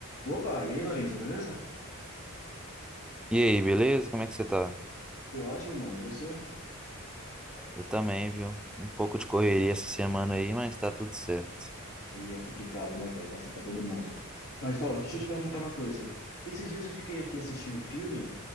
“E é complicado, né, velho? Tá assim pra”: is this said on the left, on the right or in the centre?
Left